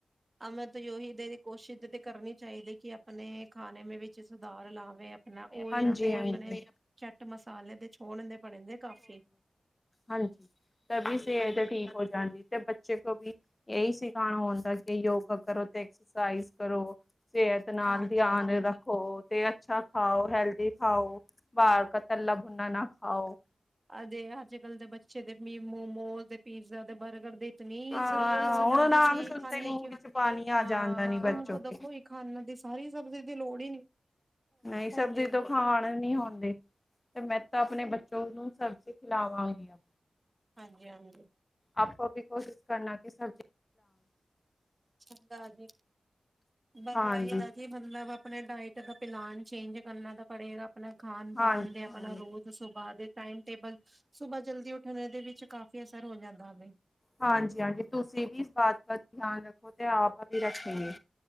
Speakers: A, on the right; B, on the left.
A: ਅ ਮੈਂ ਤਾਂ ਉਹੀ ਦੇ ਕੋਸ਼ਿਸ਼ ਤੇ ਕਰਨੀ ਚਾਹੀਦੀ ਕਿ ਆਪਣੇ ਖਾਣੇ ਵਿੱਚ। ਸੁਧਾਰ ਲਾਵੇ। ਹਨਾ ਓਇਲ
B: ਹਾਂਜੀ
A: ਦੇ
B: ਹਾਂਜੀ
A: ਆਪਣੇ ਚੱਟ ਮਸਾਲੇ ਦੇ ਛੋਹਣ ਦੇ ਬਣਦੇ ਕਾਫੀ।
B: ਹਾਂਜੀ ਤਵੀ ਸਿਹਤ
A: ਹਾਂਜੀ।
B: ਠੀਕ ਹੋ ਜਾਂਦੀ ਤੇ ਬੱਚੇ। ਕਿਉਂਕਿ ਇਹੀ ਸਿਖਾਣਾ ਹੁੰਦਾ ਕਿ ਯੋਗਾ ਕਰੋ ਤੇ ਐਕਸਰਸਾਈਜ਼ ਕਰੋ। ਸਿਹਤ ਨਾਲ
A: ਹਾਂਜੀ।
B: ਧਿਆਨ ਰੱਖੋ। ਤੇ ਅੱਛਾ ਖਾਓ ਹੈਲਦੀ ਖਾਓ ਵਾਰ ਤੱਲਾ ਭੁਣਾ ਨਾ ਖਾਓ।
A: ਆ ਦੇਖ ਅੱਜ ਕੱਲ੍ਹ ਦੇ ਬੱਚੇ ਦੇ ਵੀ ਮੋਮੋ ਤੇ ਪੀਜ਼ਾ ਤੇ ਬਰਗਰ ਦੀ ਇਤਨੀ
B: ਹਾਂ
A: ਜ਼ਰੂਰਤ। ਤੋਂ
B: ਹੁਣ
A: ਜਾਂਦੀ
B: ਨਾਮ
A: ਸੀ
B: ਸੁਣਤੇ
A: ਖਾਨੇ
B: ਹੀ ਮੂੰਹ
A: ਕਿਉਂ
B: ਵਿੱਚ ਪਾਣੀ ਆ
A: ਹਾਂ
B: ਜਾਂਦਾ ਨੀ ਬੱਚੋ
A: ਉਨ ਕੋ
B: ਕੇ
A: ਦੇਖੋ ਇਹ ਖਾਨ ਦੀ। ਸਾਰੀ ਸਬਜ਼ੀ ਦੀ ਲੋੜ ਹੀ ਨੀ।
B: ਨਹੀਂ ਸਬਜ਼ੀ ਤੋਂ ਖਾਣ ਨੀ ਹੁੰਦੀ ਤੇ ਮੈਂ ਤਾਂ ਆਪਨੇ ਬ ਜੋ ਉਹਨੂੰ ਸਬਜ਼ੀ ਖਿਲਾਵਾਂਗੀ ਆ।
A: ਹਾਂਜੀ- ਹਾਂਜੀ।
B: ਆਪੋ ਵੀ ਕੋਸ਼ਿਸ਼ ਕਰਨਾ ਕਿ ਸਬਜ਼ੀ
A: ਚੰਗਾ ਜੀ <unintelligible>
B: ਹਾਂਜੀ
A: ਜੇ ਮਤਲਬ ਆਪਣੇ ਡਾਇਟ ਦਾ ਪਲਾਨ ਚੇਂਜ ਕਰਨਾ ਤਾਂ ਪੜੇਗਾ ਅਪਨਾ ਖਾਨ-
B: ਹਾਂਜੀ
A: ਪਾਨ ਦੇ,
B: ਹਾਂਜੀ
A: ਅਪਨਾ ਰੋਜ਼ ਸੁਭਾ ਦੇ, ਟਾਈਮ -ਟੇਬਲ ਸੁਬਾਹ ਜਲਦੀ ਉੱਠਣ ਦੇ ਵਿੱਚ ਕਾਫ਼ੀ ਅਸਰ ਹੋ ਜਾਂਦਾ ਵੇ।
B: ਹਾਂਜੀ- ਹਾਂਜੀ ਤੁਸੀਂ ਵੀ ਇਸ ਬਾਤ ਦਾ ਧਿਆਨ ਰੱਖੋ ਤੇ ਆਪ ਵੀ ਰੱਖੇਗੇ।